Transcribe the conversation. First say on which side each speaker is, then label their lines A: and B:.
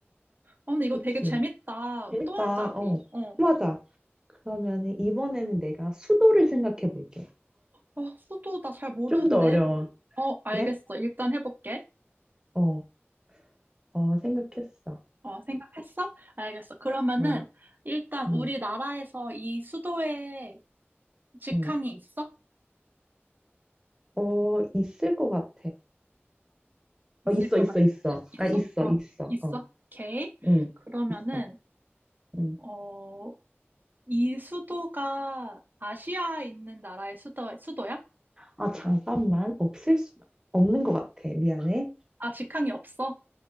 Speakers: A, on the right (about 45°); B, on the right (about 15°).
A: 아, 근데 이거
B: 그치?
A: 되게 재밌다.
B: 재밌다.
A: 또 하자, 우리.
B: 어,
A: 어.
B: 맞아. 그러면은 이번에는 내가 수도를 생각해 볼게.
A: 어, 수도 나 잘 모르는데.
B: 좀 더 어려워.
A: 어, 알겠어.
B: 그래?
A: 일단 해볼게.
B: 어, 어, 생각했어.
A: 어, 생각했어? 알겠어. 그러면은,
B: 어,
A: 일단
B: 응,
A: 우리나라에서 이 수도에 직항이
B: 응.
A: 있어?
B: 어, 있을 것 같아.
A: 있을
B: 어, 있어,
A: 것
B: 있어,
A: 같아.
B: 있어.
A: 있어?
B: 아, 있어,
A: 어,
B: 있어.
A: 있어.
B: 어,
A: 오케이.
B: 응,
A: 그러면은,
B: 있어. 응.
A: 어, 이 수도가 아시아에 있는 나라의 수도, 수도야?
B: 아, 잠깐만. 없을 수, 없는 것 같아. 미안해.
A: 아, 직항이 없어?